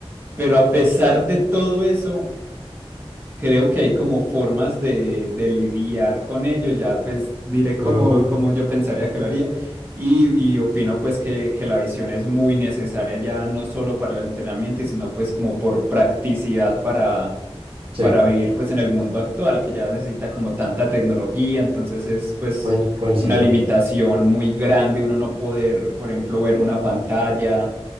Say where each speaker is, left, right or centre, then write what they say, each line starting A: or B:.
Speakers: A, on the right; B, on the right.
A: pero a pesar de todo eso, creo que hay como formas de, de lidiar con ello, ya pues diré cómo,
B: ujú,
A: cómo yo pensaría que lo haría y, y opino pues que, que la visión es muy necesaria ya no solo para el entrenamiento, y sino pues como por practicidad para,
B: Sí,
A: para vivir pues en el mundo actual que ya necesita como tanta tecnología, entonces es pues
B: coin- coincido.
A: una limitación muy grande uno no poder, por ejemplo, ver una pantalla,